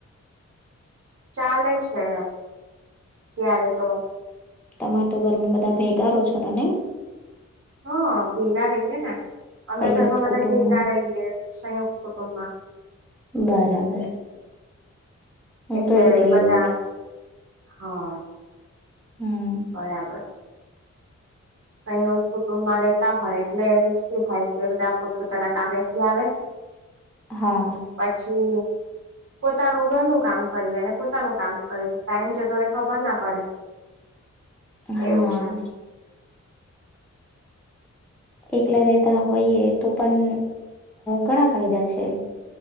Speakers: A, on the right; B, in the centre.
A: ચાલે છે, ત્યારે તો
B: તમાર તો ઘરમે બધા ભેગા રહો છો નને?
A: હા ભેગા રહીએ ને અમે
B: સંયુક્ત
A: ઘરમાં બધા
B: કુટુંબમાં
A: ભેટા રહીએ સંયુક્ત કુટુંબમાં
B: બરાબર હું
A: એટલે
B: તો એકલી
A: બધા
B: રહું છું.
A: હા
B: હમ્મ
A: બરાબર અહીં એ કુટુંબ મારે હોય એટલે શું થાય, કે બધા પોતપોતાના કામેથી આવે
B: હા
A: પછી પોતાનું ઘરનું કામ કર અને પોતાનું કામ કરે ટાઈમ છેતો, ખબર ના પડે
B: હા
A: એવું છે
B: એકલા રહેતા હોઈએ તો પણ ઘણા ફાયદા છે,